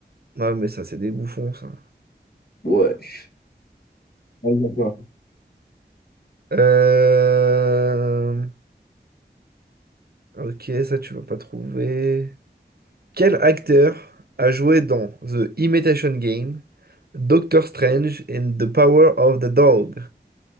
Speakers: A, on the right (about 60°); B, on the left (about 60°).
A: Non, mais ça, c'est des bouffons, ça.
B: Ouais. Vas-y, à toi.
A: Euh... Ok, ça, tu vas pas trouver. Quel acteur a joué dans The Imitation Game, Doctor Strange and the Power of the Dog?